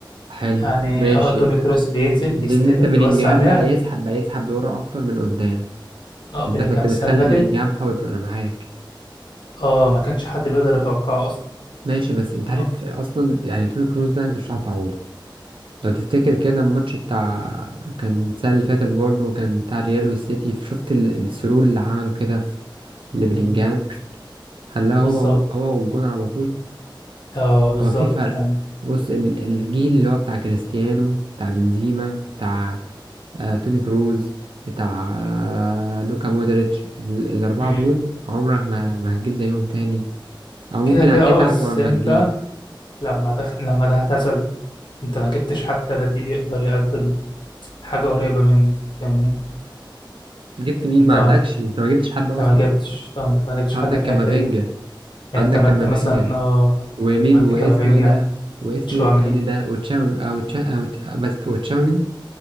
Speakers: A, on the right; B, on the left.
A: حلو
B: يعني
A: ماشي
B: اه توني كروس بينزل
A: ده
B: يستلم
A: إن أنت بلينجهام
B: يوزع لعب
A: بقى يسحب بقى يسحب لورا أكتر من قدام
B: اه بلينجهام
A: أنت كنت
B: السنة
A: بتخلي
B: اللي فاتت
A: بلينجهام حر أنا معاك
B: اه ما كانش حد بيقدر يتوقعه أصلا
A: ماشي بس أنت
B: لما-
A: عارف أصلا يعني توني كروز ده أنت مش هتعوضه لو تفتكر كده الماتش بتاع كان السنة اللي فاتت برضه كان بتاع الريال والسيتي شفت ال- السرور اللي عمله كده في
B: مم،
A: لبلينجهام خلاه هو
B: بالظبط
A: هو والجون على طول
B: اه بالظبط
A: هو في فرق
B: يعني
A: بص ال- الجيل اللي هو بتاع كريستيانو بتاع بنزيما بتاع آه، توني كروز بتاع آه، لوكا مودريتش ال- الأربعة
B: مم.
A: دول عمرك ما ما هتجيب زيهم تاني أو ممكن
B: كده كده
A: هتتعب
B: اه بس
A: أول ما
B: أنت
A: تجيب
B: لما تخ... لما تعتزل أنت ما جبتش حتى بديل يقدر يقدم حاجة قريبة منه فاهمني
A: جبت مين
B: أنت
A: ما عندكش أنت ما جبتش حد
B: أنت
A: أصلا
B: ما جبتش اه أنت ما جبتش
A: عندك
B: حاجة في
A: كامافينجا
B: الحتة دي يعني
A: عندك
B: اعتمدت
A: كامافينجا
B: مثلا اه
A: ومين
B: اعتمدت
A: واسمه
B: كامافينجا
A: ايه ده واسمه
B: تشواميني
A: ايه التاني ده وتشاومي او تشا او ت- بس وتشاوميني